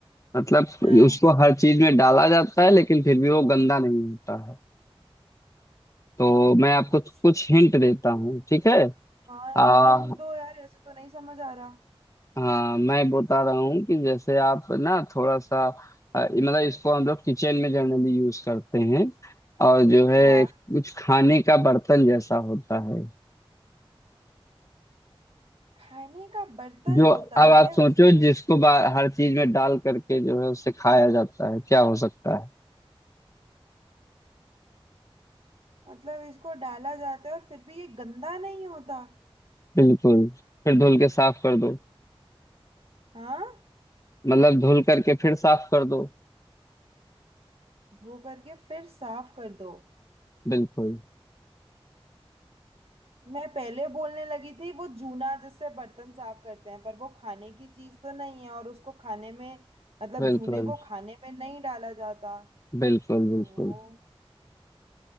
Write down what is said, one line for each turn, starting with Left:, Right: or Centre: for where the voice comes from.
Left: मतलब
Right: हाँ
Left: उसको हर चीज में डाला जाता है लेकिन फिर भी वो गंदा नहीं होता है तो मैं आपको
Right: अच्छा
Left: कुछ हिंट देता हूँ ठीक है
Right: हाँ
Left: आ,
Right: यार हिंट दो यार ऐसे तो नहीं समझ आ रहा
Left: हाँ मैं बता रहा हूँ कि जैसे आप ना थोड़ा सा आ, मतलब इसको हम लोग किचन में जनरली यूज करते हैं और जो है
Right: हाँ
Left: कुछ खाने का बर्तन जैसा होता है
Right: खाने का बर्तन
Left: जो
Right: होता
Left: अब आप
Right: है
Left: सोचो
Right: उसमें
Left: जिसको बा- हर चीज में डाल करके जो है उसे खाया जाता है क्या हो सकता है
Right: मतलब इसको डाला जाता है और फिर भी ये गंदा नहीं होता
Left: बिल्कुल फिर धुल के साफ कर दो
Right: हाँ
Left: मतलब धुल करके फिर साफ कर दो
Right: धो करके फिर साफ कर दो
Left: बिल्कुल
Right: मैं पहले बोलने लगी थी वो जूना जिससे बर्तन साफ करते हैं पर वो खाने की चीज तो नहीं है और उसको खाने में मतलब
Left: बिल्कुल
Right: जूने को खाने में नहीं डाला जाता
Left: बिल्कुल
Right: तो
Left: बिल्कुल